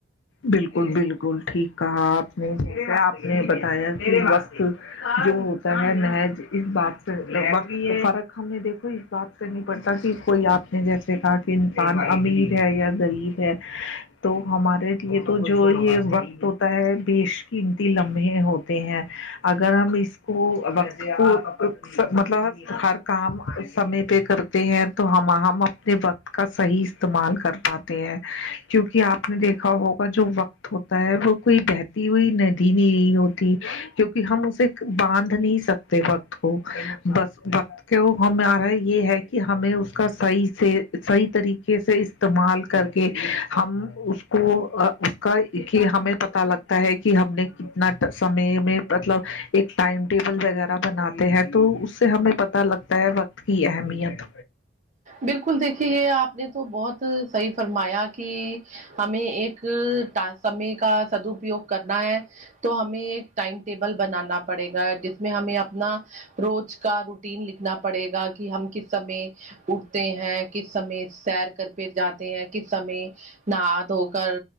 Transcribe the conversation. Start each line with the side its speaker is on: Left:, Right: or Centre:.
Left: بالکل بالکل ٹھیک کہا آپ نے جسے آپ نے بتایا کی وقت جو ہوتا ہے محج اس بات سے باقی یے فرق ہمیں دیکھو بات کرنی پڑتا کی کوئی آپ نے جیسے کہا کی انسان امیر ہے یا غریب ہے تو ہمارے یے تو جو یے وقت ہوتا ہے بیش قیمتی لمحے ہوتے ہیں اگر ہم اس کو وقت کو مطلب ہم ہر کام سمے پے کرتے ہیں تو ہم ہم اپنے وقت کا صحیح استعمال کر پاتے ہیں کیونکہ آپ نے دیکھا ہوگا جو وقت ہوتا ہے وہ کوئی بہتی ہوئی ندی نہیں ہوتی کیو نکی ہم اسے باندھ نہیں سکتے وقت کو بس وقت کہ وہ ہمارا یے ہے کہ ہمیں اس کا صحیح سے صحیح طریقے سے اس تعمال کر کے ہم اس کو اس کا کہ ہمیں پتہ لگتا ہے کی ہم نے کتنا سمے میں مطلب ایک ٹائم ٹیبل وغیرہ بناتے ہیں تو اس سے ہمیں پتہ لگتا ہے وقت کی اہمیت
Right: بالکل دیکھیے یے آپ نے تو بہت صحیح فرمایا کہ کی ہمیں ایک ٹا سمے کا سد اپیوگ کرنا ہے تو ہمیں ایک ٹائم ٹیبل بنانا پڑے گا جس میں ہمیں اپنا روز کا روٹین لکھنا پڑے گا کہ ہم کس سمے ا ٹھ ہیں کس سمے سیر کر کے جاتے ہیں کس سمے نہا دھو کر